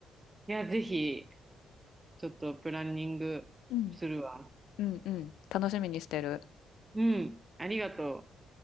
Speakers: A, on the right (about 20°); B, on the left (about 85°).
A: いや、ぜひ、ちょっとプランニングするわ。
B: うん。うんうん。楽しみにしてる。
A: うん、ありがとう。